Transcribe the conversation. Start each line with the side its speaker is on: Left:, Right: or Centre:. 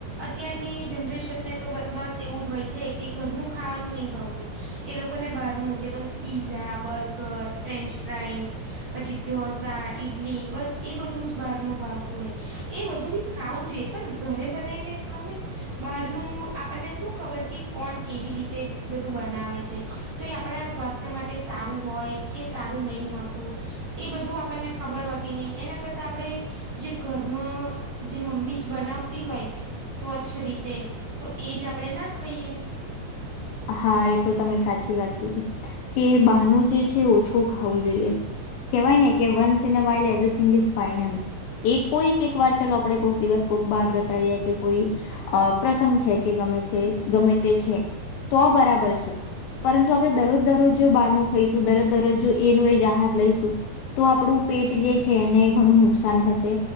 Right: અત્યારની જનરેશનને તો બસ એવું જ હોય છે કે ઘરનું ખાવાનું નહી ભાવતું એ લોકોને બહારનું જે બધું પિઝા બર્ગર ફ્રેન્ચફ્રાઈસ પછી ઢોસા ઈડલી બસ એ બધું જ બહાર નું ભાવતું હોય એ બધું બી ખાવું જોઈએ પણ ઘરે બનાવીને ખાવ ને બહારનું આપણને શું ખબર કે કોણ કેવી રીતે બધું બનાવે છે તો એ આપણા સ્વાસ્થ્ય માટે સારું હોય કે સારું નહી હોતું એ બધું આપણને ખબર હોતી નહી એના કરતા આપણે જે ઘરનું જે મમ્મી જ બનાવતી હોય સ્વચ્છ રીતે તો એ જ આપણે ના ખાઈએ
Left: હા એ તો તમે સાચી વાત કીધી કે બાનું જે છે ઓછું ખાવું જોઈએ કેહેવાય ને કે once in a while everything is fine એમ એ કોઈક એક વાર ચાલ આપડે કોક દિવસ કોક બહાર બહાર જતા રહ્યા કે કોઈ અ પ્રસંગ છે કે ગમે છે ગમે તે છે તો બરાબર છે પરંતુ આપણે દરરોજ દરરોજ જો બારનું ખાઈશું દરરોજ દરરોજ જો એનો એ જ આહાર લઈશું તો આપણું પેટ જે છે એને ઘણું નુકસાન થશે